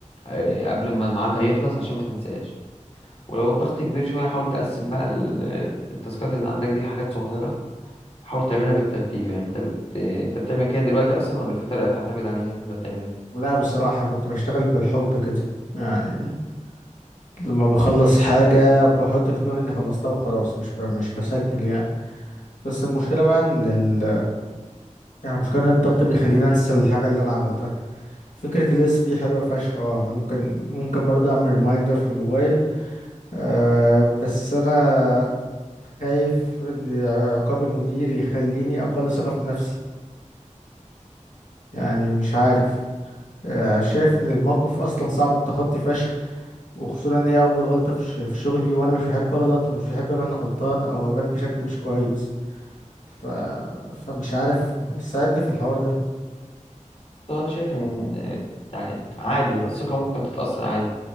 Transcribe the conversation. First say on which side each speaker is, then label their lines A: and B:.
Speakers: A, on the left; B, on the left.
A: آه، قبل ما ميعادها يخلص عشان ما تنساش ولو الضغط كبير شويه حاول تقسم بقى ال- التاسكات اللي عندك دي لحاجات صغيره حاول تعملها بالترتيب يعني انت بت... انت بتعمل كده دلوقتي اصلا ولا في طريقه بتعتمد عليها ولا بتعمل ايه؟
B: لا بصراحة انا كنت بشتغل بالحب كده يعني لما بخلص حاجة بحط في دماغي اني خلصتها وخلاص مش ب... مش بسجل يعني بس المشكلة بقى ان ال... يعني المشكلة ان الضغط بيخليني انسى الحاجة اللي انا عملتها فكرة الليست دي حلوة فشخ اه انا ممكن ممكن برضه اعمل ريمايندر في الموبايل آه بس انا خايف ان عقاب المدير يخليني اقل ثقة في نفسي يعني مش عارف آه شايف ان الموقف اصلا صعب التخطي فشخ وخصوصا ان هي اول غلطه في الش- في شغلي وانا مش بحب اغلط ومش بحب ابان غلطان او ابان بشكل مش كويس ف... فمش عارف ساعدني في الحوار ده
A: طبعا انا شايف ان آه، يعني عادي هو الثقه ممكن تتاثر عادي